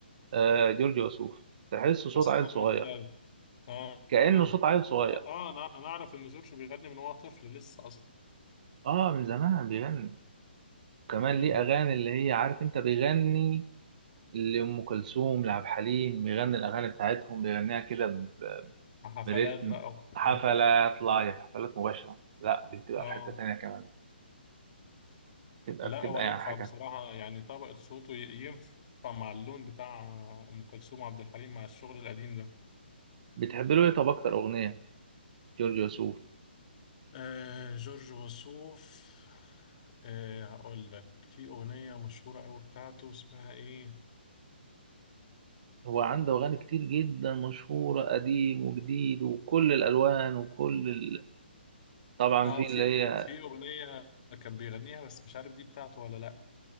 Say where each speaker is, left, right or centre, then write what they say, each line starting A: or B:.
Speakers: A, on the right; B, on the left.
A: آه، جورج وسوف تحسه صوت
B: الصوت
A: عيل صغير
B: مختلف اه
A: كانه
B: اه
A: صوت عيل صغير
B: اه انا انا اعرف ان جورج بيغني من وهو طفل لسه اصلا
A: اه من زمان بيغني كمان
B: امم
A: ليه اغاني اللي هي عارف انت بيغني لام كلثوم لعبد الحليم بيغني الاغاني بتاعتهم بيغنيها كده ب-
B: حفلات
A: برتم
B: بقى وكده
A: حفلات لايف حفلات مباشره لا بتبقى
B: اه
A: في حته تانيه كمان بتبقى
B: لا
A: بتبقى
B: هو ينفع
A: يعني حاجه
B: بصراحة يعني طبقة صوته ي- ينفع مع اللون بتاع ام كلثوم وعبد الحليم مع الشغل القديم ده
A: بتحب له ايه طب اكتر اغنيه جورج وسوف
B: آه جورج وسوف آه هقول لك في اغنية مشهورة قوي بتاعته اسمها ايه
A: هو عنده أغاني كتير جدا مشهورة قديم وجديد وكل الألوان وكل ال... طبعا
B: اه
A: في
B: في
A: اللي هي
B: في اغنية كان بيغنيها بس مش عارف دي بتاعته ولا لا